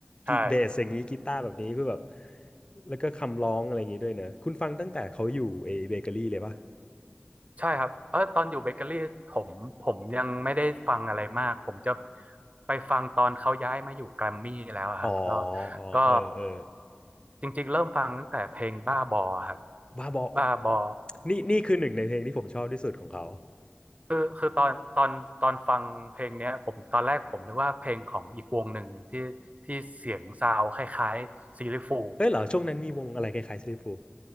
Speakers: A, on the left; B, on the right.
A: กีเบสอย่างนี้กีตาร์แบบนี้คือแบบ
B: ใช่
A: แล้วก็คำร้องอะไรอย่างนี้ด้วยเนอะคุณฟังตั้งแต่เขาอยู่เอเบเกอรี่เลยปะ
B: ใช่ครับเออตอนอยู่เบเกอรี่ผมผมยังไม่ได้ฟังอะไรมาก ผมจะไปฟังตอนเขาย้ายมาอยู่แกรมมี่แล้วอะครับก็
A: อ๋ออ๋อเออเออ
B: ก็จริงๆเริ่มฟังตั้งแต่เพลงบ้าบอครับ
A: บ้าบอ
B: บ้าบอ
A: นี่นี่คือหนึ่งในเพลงที่ผมชอบที่สุดของเขา
B: คือคือตอนตอนตอนฟังเพลงเนี้ยผมตอนแรกผมนึกว่าเพลงของอีกวงหนึ่งที่ที่เสียงซาวด์คล้ายๆซีลิฟู
A: เฮ้ยเหรอช่วงนั้นมีวงอะไรคล้ายๆซิลฟู